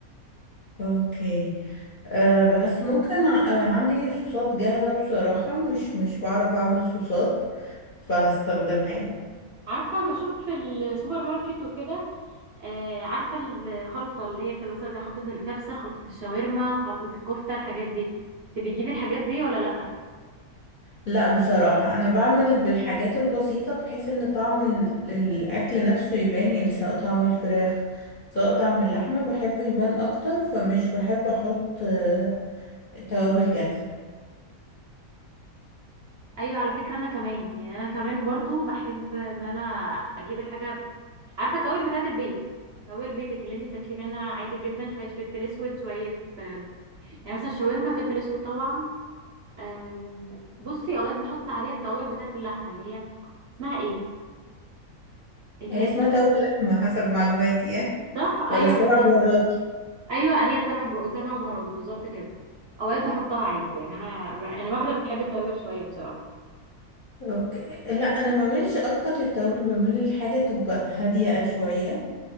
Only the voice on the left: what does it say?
اوكي آه بس ممكن ع- آه عندي صوصات جاهزة بصراحة مش مش بعرف اعمل صوصات فهستخدمها يعني
لا بصراحة انا بعمل بالحاجات البسيطة بحيث ان طعم ال- الاكل نفسه يبان يعني سواء طعم الفراخ سواء طعم اللحمة بحبه يبان اكتر فمش بحب احط آه توابل جاهزة
هي
اسمها توابل لحمة حسب معلوماتي يعني
ولا السبع
بهارات
اوكي لا انا ما بعملش اكتر للتوابل بميل لحاجه تبقى هاديه شويه